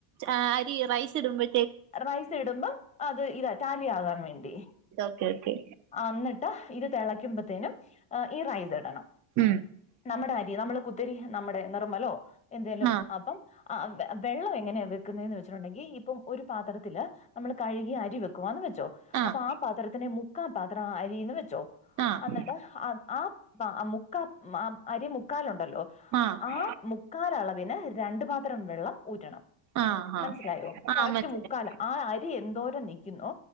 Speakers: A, on the right (about 45°); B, on the left (about 15°).
A: അരി റൈസ് ഇടുമ്പോ
B: റൈസ് ഇടുമ്പോ അത് ഇതാ ടാലി ആകാൻ വേണ്ടി
A: ഓക്കെ ഓക്കെ
B: എന്നിട്ട് ഇത് തിളക്കുമ്പോത്തേനും ഈ റൈസ് ഇടണം
A: ഉം
B: നമ്മുടെ അരി നമ്മള് കുത്തിരി നമ്മുടെ നിർമ്മലോ എന്തേലും
A: ആഹ്
B: അപ്പം വെള്ളം വെക്കുന്നതന്ന് വെച്ചിട്ടുണ്ടെങ്കിൽ ഇപ്പം ഒരു പാത്രത്തില്ൽ നമ്മൾ കഴുകി അരി വെക്കുകന്ന് വെച്ചോ
A: ആഹ്
B: അപ്പൊ ആ പാത്രത്തിനെ മുക്കാൻ പാത്രം അന്ന് വെച്ചോ
A: ആഹ്
B: എന്നിട്ട് ആ ആ മുക്കാൽ ആ അരി മുക്കാലുണ്ടല്ലോ
A: ആഹ്
B: ആ മുക്കാല അളവിന് രണ്ടു പാത്രം വെള്ളം ഊറ്റണം
A: ആഹ് ആഹ്
B: മനസ്സിലായോ
A: ആഹ്
B: കറക്റ്റ്
A: മനസ്സിലായി
B: മുക്കാല ആ അരി എന്തോരം നൽക്കുന്നു